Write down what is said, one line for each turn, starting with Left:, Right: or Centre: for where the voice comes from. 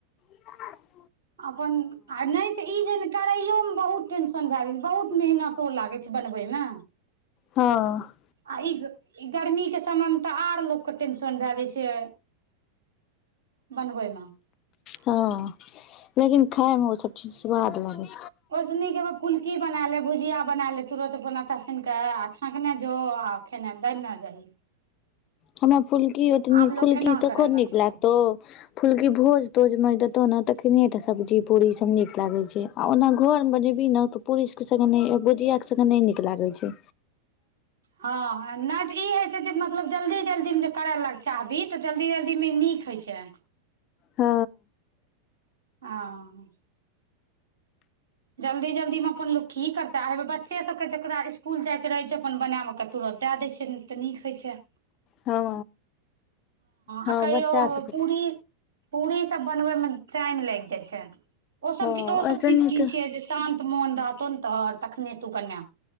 Left: आ
Right: अपन आ नै- तऽ ई जे करैयो मे बहुत टेंशन भए गेल छै बहुत मेहनतो लागै छै बनबय मे-
Left: हँ।
Right: आ ई ई गर्मीके समयमे तऽ आर लोक के टेंशन भए जाइ छै। बनबैय मे-
Left: हँ लेकिन खायमे ओ सब चीज स्वाद लागै।
Right: ओइ सऽ नीक है फुलकी बना लेब भुजिया बना ले तुरन्त अपन आटा सैन के आ छाँकने जो- खेनाइ दैना जाही।
Left: हमरा फुलकी ओते नै
Right: आब लोग
Left: फुलकी
Right: एना
Left: कखन
Right: करे लगले
Left: नीक लागतौ।
Right: ह
Left: फुलकी भोज तोज मे देतो न तखने टा सब्जी पूड़ी सब नीक लागे छै। आ ओना घरमे बनेबही न तऽ पुरी के संगे नै भुझियाक संगे नै नीक लागै छै।
Right: हँ नै तऽ ई होइ छै जे मतलब जल्दी -जल्दी मे करय लग चाहबी तऽ जल्दी जल्दीमे नीक होइ छै।
Left: हँ।
Right: आँ जल्दी -जल्दी मे अपन लोक की करतै बच्चे सब के जेकरा स्कुल जाय के रहे छै अपन बना के- तुरंत दए दै छैय तऽ नीक होय छैय।
Left: हँ हँ
Right: आ कहियो
Left: बच्चा सब-
Right: पूरी पूरी सब बनबैय में टाइम लैग जाय छैय ओ सबके
Left: हँ ओहिसँ
Right: ओ सब चीज-
Left: नीक
Right: की छियै जे शान्त मोन रहतौ ने तहर तखने तू बना-